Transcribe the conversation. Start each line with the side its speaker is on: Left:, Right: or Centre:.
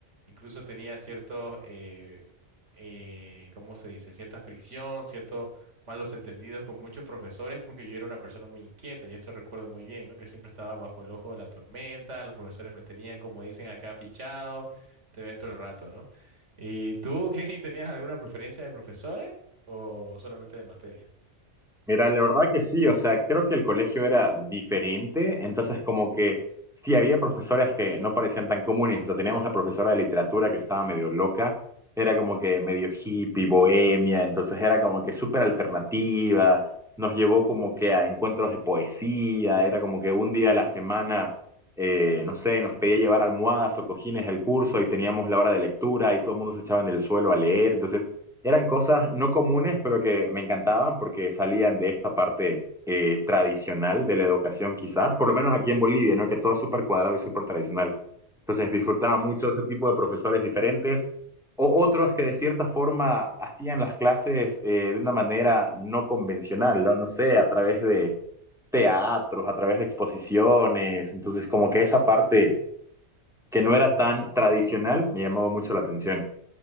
Right: Incluso tenía cierto, eh, eh, ¿cómo se dice? Cierta fricción, ciertos malos entendidos con muchos profesores porque yo era una persona muy inquieta y eso recuerdo muy bien, ¿no? Que siempre estaba bajo el ojo de la tormenta, los profesores me tenían, como dicen acá, fichado, te ven todo el rato, ¿no? ¿Y tú, <laughs> Kevin, tenías alguna preferencia de profesores o solamente de materia?
Centre: Mira, la verdad que sí, o sea, creo que el colegio era diferente, entonces como que sí había profesoras que no parecían tan comunes, o sea, teníamos la profesora de literatura que estaba medio loca, era como que medio hippie, bohemia, entonces era como que súper alternativa, nos llevó como que a encuentros de poesía, era como que un día a la semana, eh, no sé, nos pedía llevar almohadas o cojines al curso y teníamos la hora de lectura y todo el mundo se echaba en el suelo a leer, entonces eran cosas no comunes, pero que me encantaban porque salían de esta parte eh, tradicional de la educación, quizás, por lo menos aquí en Bolivia, ¿no? Que todo es súper cuadrado y súper tradicional. Entonces disfrutaba mucho ese tipo de profesores diferentes o otros que de cierta forma hacían las clases eh, de una manera no convencional, ¿no? No sé, a través de teatros, a través de exposiciones. Entonces, como que esa parte que no era tan tradicional me llamó mucho la atención.